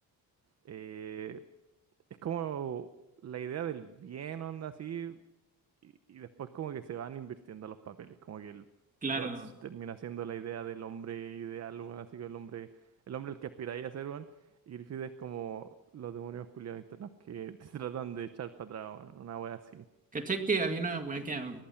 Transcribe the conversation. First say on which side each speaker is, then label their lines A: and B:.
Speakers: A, on the right; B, on the right.
A: eh, es como la idea del bien, onda, así, y, y después como que se van invirtiendo los papeles, como que el
B: claro.
A: Guts termina siendo la idea del hombre ideal, weón, así que el hombre, el hombre al que aspiráis a ser, weón, y Griffith es como los demonios culiados internos que te <laughs> tratan de echar para atrás, weón, una wea así.
B: ¿Cachai que había una weá que a,